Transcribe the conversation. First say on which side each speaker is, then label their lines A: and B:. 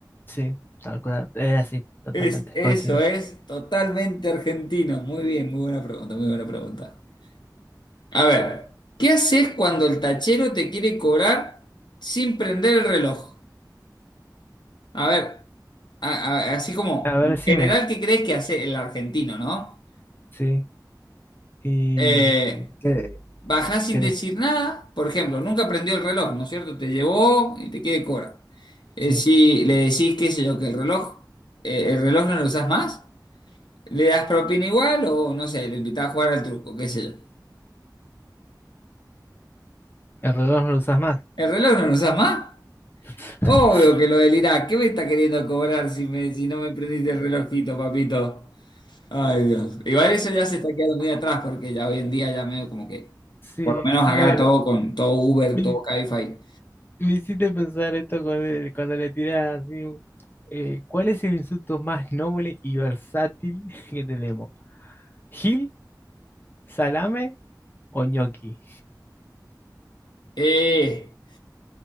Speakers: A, on the left (about 30°); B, on the left (about 80°).
A: sí, tal cual. Es así, totalmente,
B: Es, eso
A: coincido.
B: es totalmente argentino. Muy bien, muy buena pregunta, muy buena pregunta. A ver, ¿qué haces cuando el tachero te quiere cobrar sin prender el reloj? A ver, a- a- así como,
A: A ver,
B: en
A: decime,
B: general, ¿qué crees que hace el argentino, no?
A: sí. ¿Y
B: Eh,
A: qué,
B: bajás sin
A: qué-
B: decir nada, por ejemplo, nunca prendió el reloj, ¿no es cierto? Te llevó y te quiere cobrar. Eh,
A: Sí,
B: si le decís, qué sé yo, que el reloj, eh, el reloj no lo usás más, le das propina igual o, no sé, lo invitás a jugar al truco, qué sé yo.
A: el reloj no lo usas más.
B: ¿El reloj no lo usás más?
A: <laughs>
B: Obvio que lo delirás. ¿Qué me está queriendo cobrar si, me, si no me prendiste el relojito, papito? Ay, Dios. Igual eso ya se está quedando muy atrás porque ya hoy en día ya medio como que,
A: Sí,
B: por lo menos
A: a
B: acá
A: ver,
B: todo con todo Uber,
A: me,
B: todo Cabify.
A: me hiciste pensar esto con el- cuando le tirás así. un- eh, ¿cuál es el insulto más noble y versátil <laughs> que tenemos? ¿Gil, salame o ñoqui?
B: Eh,